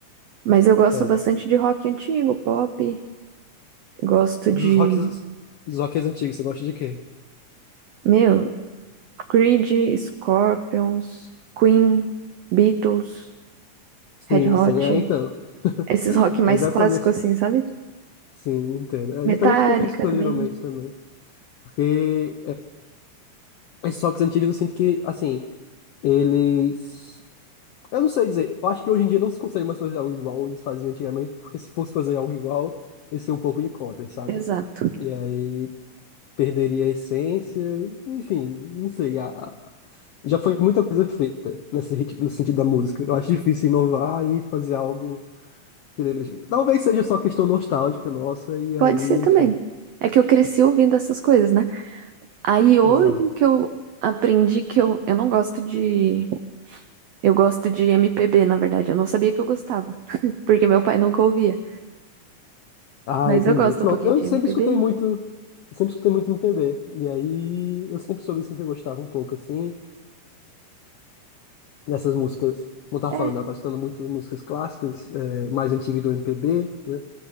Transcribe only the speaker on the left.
É,
dos
rocks, dos rocks antigos, você gosta de quê?
Sim,
sim, é, então.
<laughs>
É exatamente.
Sim, entendo. É exatamente
o que eu fico escutando
geralmente também. Porque é, esses rocks antigos eu sinto que, assim, eles. Eu não sei dizer. Eu acho que hoje em dia não se consegue mais fazer algo igual eles faziam antigamente, porque se fosse fazer algo igual, ia ser um pouco de cópia, sabe?
E aí perderia a essência, e, enfim, não sei. a- a- Já foi muita coisa feita nesse ritmo, no sentido da música. Eu acho difícil inovar e fazer algo que lembre. a gente. Talvez seja só questão nostálgica nossa, e aí,
enfim,
exato.
Ah,
entendi.
Pronto,
eu
sempre
escutei muito, eu sempre escutei muito MPB. E aí eu sempre soube assim que eu gostava um pouco assim dessas músicas. Como eu tava
falando, ela tá escutando muitas músicas clássicas, eh, mais antigas do MPB, né?